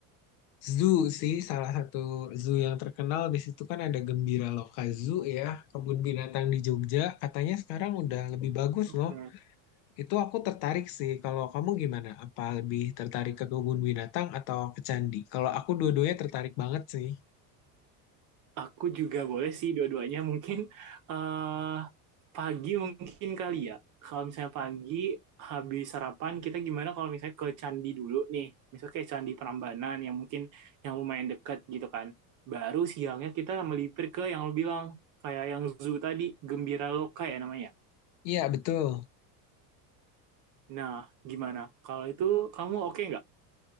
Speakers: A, on the left; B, on the right.
A: zoo sih, salah satu zoo yang terkenal di situ kan ada Gembira Loka Zoo ya, kebun binatang di Jogja. Katanya sekarang udah lebih bagus
B: Oke,
A: loh. Itu aku tertarik sih. Kalau kamu gimana? Apa lebih tertarik ke kebun binatang atau ke candi? Kalau aku dua-duanya tertarik banget sih.
B: Aku juga boleh sih dua-duanya mungkin eh pagi mungkin kali ya. Kalau misalnya pagi habis sarapan kita gimana kalau misalnya ke candi dulu nih. Misalnya kayak Candi Prambanan yang mungkin yang lumayan dekat gitu kan. Baru siangnya kita melipir ke yang lu bilang kayak yang zoo tadi Gembira Loka ya namanya.
A: Iya, betul.
B: Nah, gimana? Kalau itu kamu oke nggak?